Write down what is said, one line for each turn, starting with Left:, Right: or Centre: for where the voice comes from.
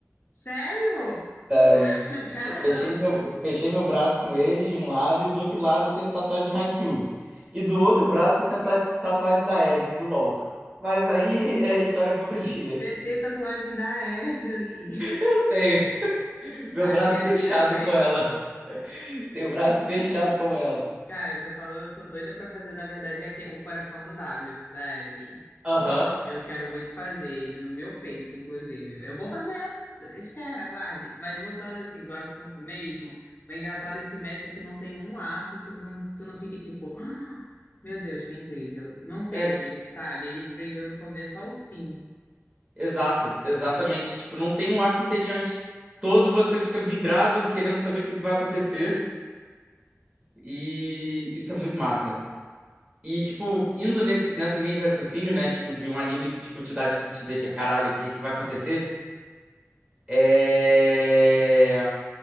Left: Sério? <laughs>
Right: Sério.
Left: Caramba!
Right: Eu fechei meu, eu fechei meu braço com eles de um lado e do outro lado eu tenho tatuagem de Haikyuu. E do outro braço eu tenho ta- tatuagem da Evelyn, do LoL. Mas aí é história para outro <laughs> dia.
Left: TT tatuagem da Ashley,
Right: Eu tenho
Left: <laughs>
Right: meu
Left: sabe
Right: braço
Left: que é
Right: fechado
Left: minha mãe.
Right: com ela. Tenho o braço fechado com ela.
Left: Cara, você falou, eu sou doida pra fazer, na verdade, é que- o coração do W, da Evelyn.
Right: Aham.
Left: Eu quero muito fazer ele no meu peito, inclusive. Eu vou fazer, t- espera, aguarde. Mas voltando, assim, do assunto mesmo, o engraçado é que Metis aqui não tem um arco que não- tu não fique tipo... Meu Deus, foi incrível. Não teve,
Right: É, tipo,
Left: sabe? Ele te prendeu do começo ao fim.
Right: exato, exatamente. Tipo, não tem um arco entediante. Todo você fica vibrado querendo saber o que vai acontecer. E isso é muito massa. E, tipo, indo nesse, nessa linha de raciocínio, né? Tipo, de um anime que, tipo, te dá, te deixa, caralho, o que que vai acontecer? É...